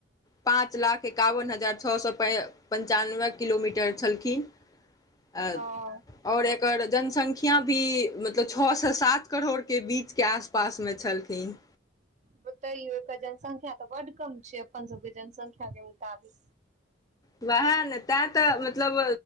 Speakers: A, on the left; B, on the right.
A: पाँच लाख एकावन हजार छओ सए प पञ्चानबे किलोमीटर छलखिन ऐ
B: हँ
A: आओर एकर जनसं ख्यां भी मतलब छह से सात करोड़के बीचके आसपासमे छलखिन
B: बतइयो ओकर जनसंख्या तऽ बड कम छै अपन सबके जनसंख्या के मुताबी
A: वएह ने तैं तऽ मतलब